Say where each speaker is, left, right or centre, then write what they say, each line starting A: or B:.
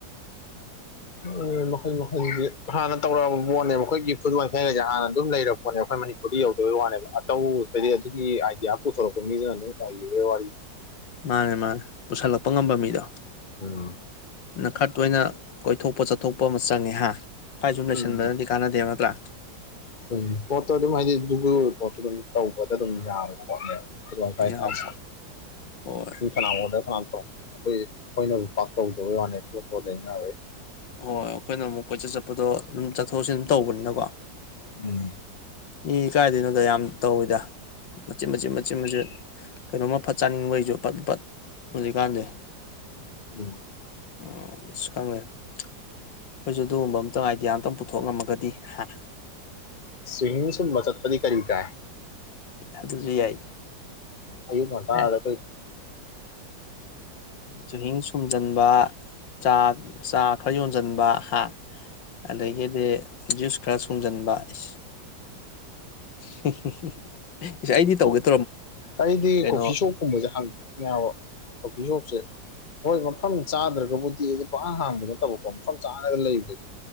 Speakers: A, on the left; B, on the left.
A: ꯎꯝ ꯃꯈꯜ ꯃꯈꯜꯁꯦ ꯍꯥꯟꯅ ꯇꯧꯔꯛꯑꯕꯥ ꯄꯣꯠꯅꯦꯕꯥ ꯑꯩꯈꯣꯌꯒꯤ ꯐꯨꯠ ꯋꯥꯏꯐꯥꯏ ꯒꯥ ꯍꯥꯏꯁꯤ ꯍꯥꯟꯅ ꯑꯗꯨꯝ ꯂꯩꯔꯕ ꯑꯩꯈꯣꯏ ꯃꯅꯤꯄꯨꯗꯤ ꯌꯧꯗꯕ ꯋꯥꯅꯦ ꯇꯧ ꯍꯥꯏꯗꯤ ꯑꯗꯨꯒꯤ ꯑꯥꯏꯗꯤꯌꯥ ꯄꯨꯊꯣꯔꯛꯄ ꯃꯤꯗꯨꯅ ꯑꯗꯨꯝ ꯑꯣꯏꯕꯩ ꯋꯥꯔꯤꯅꯤ
B: ꯃꯥꯅꯦ ꯃꯥꯅꯦ ꯄꯨꯁꯜꯂꯛꯄ ꯉꯝꯕ ꯃꯤꯗꯣ
A: ꯎꯝ
B: ꯅ ꯈꯔꯥ ꯇꯣꯏꯅ ꯀꯣꯏꯊꯣꯛꯄ ꯆꯠꯊꯣꯛꯄ ꯑꯃ ꯆꯪꯉꯦ ꯍꯥ ꯁ꯭ꯋꯥꯏ ꯁꯨꯝ ꯂꯩꯁꯤꯟꯕꯅꯗꯤ
A: ꯎꯝ
B: ꯀꯥꯟꯅꯗꯦ ꯅꯠꯇ꯭ꯔꯥ
A: ꯎꯝ ꯄꯣꯠꯇꯣ ꯑꯗꯨꯝ ꯍꯥꯏꯗꯤ ꯒꯨꯒꯜ ꯄꯣꯠꯇꯣ ꯑꯗꯨꯝ ꯇꯧꯕꯗ ꯑꯗꯨꯝ ꯌꯥꯕꯅꯦꯀꯣ <inaudible> ꯌꯥꯔꯦꯀꯣꯠꯅꯦꯥꯏꯁꯨ
B: ꯌꯥꯝ ꯍꯣꯏ
A: ꯀꯅꯥꯒꯣꯗꯅꯥ ꯑꯩꯈꯣꯏ ꯑꯩꯈꯣꯏꯅ ꯄꯥꯛ ꯇꯧꯗꯕꯩ ꯋꯥꯅꯤ ꯊꯣꯛꯣꯄꯣꯩꯅ ꯑꯩꯣꯏ <inaudible>
B: ꯍꯣꯏ ꯑꯩꯈꯣꯏꯅ ꯑꯃꯨꯛ ꯀꯣꯏꯆꯠ ꯆꯠꯄꯗꯣ ꯑꯗꯨꯝ ꯆꯠꯊꯣꯛ ꯆꯠꯁꯤꯟ ꯇꯧꯕꯅꯤꯅꯥ ꯀꯦ
A: ꯎꯝ
B: ꯃꯤ ꯀꯥꯏꯗꯩꯅꯣꯗ ꯌꯥꯝ ꯇꯧꯏꯗ ꯃꯆꯦꯠ ꯃꯆꯦꯠ ꯃꯆꯦꯠ ꯃꯆꯦꯠ ꯀꯩꯅꯣ ꯑꯃꯥ ꯐꯠ ꯆꯥꯅꯤꯡꯕ ꯑꯩꯁꯨ ꯐꯠ ꯐꯠ ꯍꯧꯖꯤꯛꯀꯥꯟꯁꯦ
A: ꯎꯝ
B: ꯑꯥꯁ <inaudible> ꯈꯪꯗꯦ ꯑꯩꯈꯣꯏꯁꯨ ꯑꯗꯨꯒꯨꯝꯕ ꯑꯃꯇꯪ ꯑꯥꯏꯗꯤꯌꯥ ꯑꯃꯇꯪ ꯄꯨꯊꯣꯛꯉꯝꯂꯒꯗꯤ ꯍꯥ
A: ꯆꯨꯍꯤꯡ ꯁꯨꯝꯕꯥ ꯆꯥꯠꯄꯗꯤ ꯀꯔꯤ ꯀꯥꯏ
B: ꯑꯗꯨꯁꯨ ꯌꯥꯏ
A: ꯑꯌꯨꯛ ꯉꯥꯟꯇꯥꯗ
B: ꯑꯦ
A: <inaudible>
B: ꯆꯨꯍꯤꯡ ꯁꯨꯝꯖꯤꯟꯕ ꯆꯥ ꯆꯥ ꯈꯔ ꯌꯣꯟꯁꯤꯟꯕ ꯍꯥ ꯑꯗꯥꯒꯤꯗꯤ ꯖꯨꯁ ꯈꯔ ꯁꯨꯡꯖꯤꯟꯕ ꯑꯦꯁ ꯍꯤꯍꯤ ꯑꯩꯗꯤ ꯇꯧꯒꯦ <inaudible>
A: ꯑꯩꯗꯤ
B: ꯀꯩꯅꯣ
A: ꯀꯣꯐꯤ ꯁꯣꯞꯀꯨꯝꯕꯁꯦ ꯍꯥꯡꯅꯤꯡꯢꯅꯦ ꯀꯣꯐꯤ ꯁꯣꯞꯁꯦ <inaudible> ꯍꯣꯏ ꯃꯐꯝ ꯆꯥꯗ꯭ꯔꯒꯕꯨꯗꯤ ꯄꯥꯡꯍꯥꯡꯕ ꯍꯥꯥꯡꯕꯥ ꯅꯠꯇꯕꯀꯣ ꯃꯐꯝ ꯆꯥꯅꯒ ꯂꯩꯕꯘꯣ